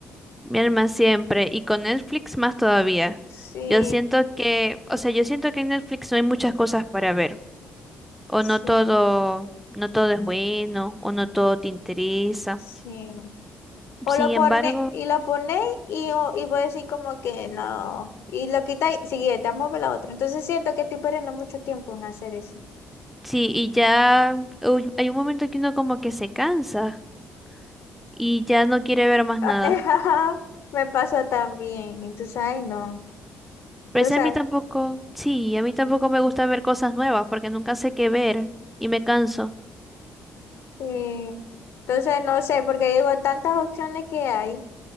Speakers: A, in the centre; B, on the left.
A: Mi alma siempre. Y con Netflix más todavía.
B: Sí,
A: Yo siento que, o sea, yo siento que en Netflix no hay muchas cosas para ver. O
B: sí,
A: no todo, no todo es bueno, o no todo te interesa.
B: sí. O
A: Sin
B: lo pone,
A: embargo,
B: y lo ponéis y, o- y vos decir como que no. Y lo quitáis, siguiente, vamos a ver la otra. Entonces siento que estoy perdiendo mucho tiempo en hacer eso.
A: sí, y ya uy, hay un momento que uno como que se cansa y ya no quiere ver más
B: Ah,
A: nada.
B: <laughs> ajá, Me pasa también. Entonces, ay, no.
A: Pero
B: Entonces,
A: es a mí tampoco, sí, a mí tampoco me gusta ver cosas nuevas porque nunca sé qué ver y me canso.
B: sí. Entonces, no sé, porque digo, tantas opciones que hay